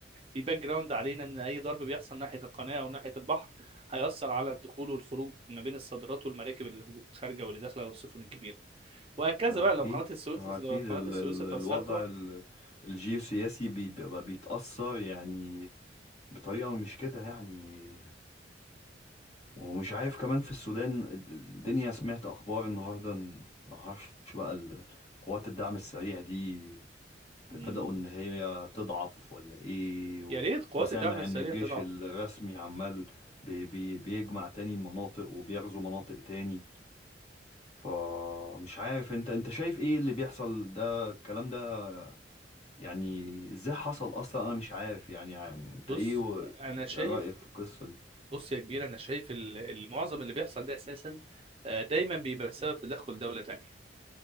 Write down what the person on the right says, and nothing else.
بيباك جراوند علينا ان اي ضرب بيحصل ناحيه القناه او ناحيه البحر هياثر على الدخول والخروج ما بين الصادرات والمراكب اللي خارجه واللي داخله والسفن الكبيره وهكذا
بقى
لو قناة السويس
لو
قناة السويس
اتأثرت
بقى
مم.
يا ريت قوات
الدعم السريع
تضعف
بص
أنا شايف
بص يا كبير أنا شايف ال- المعظم اللي بيحصل ده أساسا آه، دايما بيبقى بسبب تدخل دولة تانية